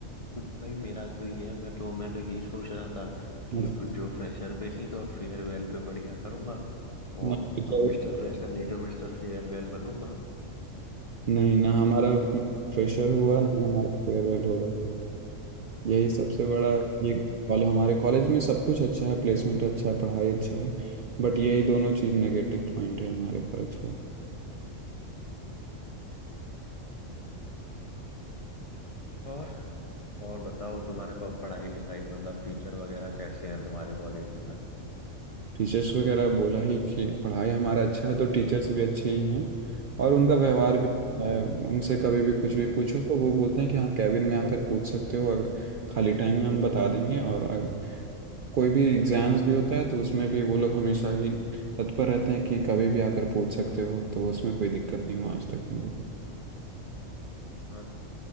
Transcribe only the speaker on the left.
क्योंकि भाई मेरा तो ये है मैं तो मैं तो यही सोच रहा था
कि जो फ्रेशर पे नहीं तो फेयरवेल पे बढ़िया करूंगा और
मिस्टर फ्रेशर नहीं तो मिस्टर फेयरवेल बनूंगा
अच्छा
और और बताओ तुम्हारे पास पढ़ाई लिखाई मतलब टीचर वगैरह कैसे हैं तुम्हारे कॉलेज में
हाँ,
अच्छा